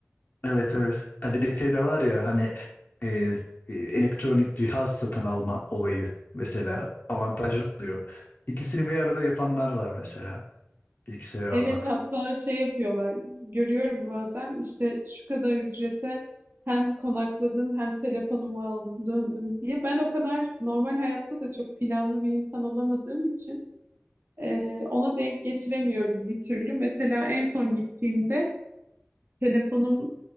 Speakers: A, on the left; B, on the right.
A: Evet evet. Ha, bir de şey de var ya hani e, e, elektronik cihaz satın alma olayı mesela avantajlı oluyor. İkisini bir arada yapanlar var mesela. Bilgisayar almak.
B: Evet hatta şey yapıyorlar görüyorum bazen işte şu kadar ücrete hem konakladım hem telefonumu aldım döndüm diye. Ben o kadar normal hayatta da çok planlı bir insan olamadığım için e, ona denk getiremiyorum bir türlü. Mesela en son gittiğimde Telefonum